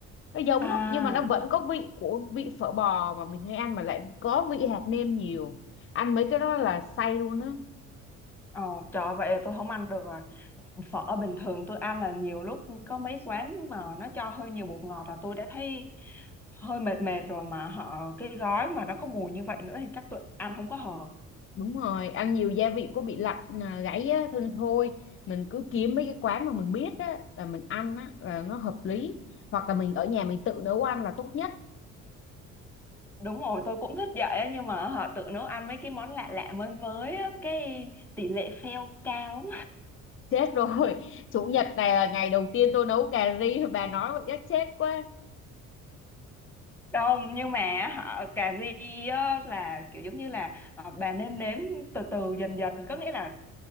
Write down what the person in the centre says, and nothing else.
à
ồ trời ơi, vậy là tôi không ăn được rồi phở bình thường tôi ăn là nhiều lúc có mấy quán mà nó cho hơi nhiều bột ngọt là tôi đã thấy hơi mệt mệt rồi mà họ cái gói mà nó có mùi như vậy nữa thì chắc tôi ăn không có hợp
đúng rồi tôi cũng thích vậy á, nhưng mà họ tự nấu ăn mấy cái món lạ lạ mới mới á, cái tỷ lệ fail cao
Không, nhưng mà họ cà ri á, là kiểu giống như là ờ, bà nên nếm từ từ dần dần có nghĩa là